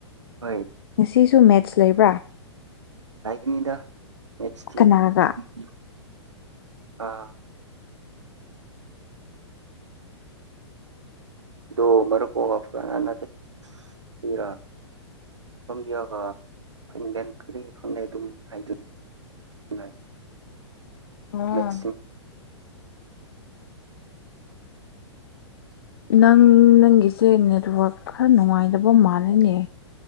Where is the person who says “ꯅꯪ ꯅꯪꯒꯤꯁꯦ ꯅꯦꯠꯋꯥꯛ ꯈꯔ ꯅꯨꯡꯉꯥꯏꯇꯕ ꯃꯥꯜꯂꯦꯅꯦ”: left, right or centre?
Left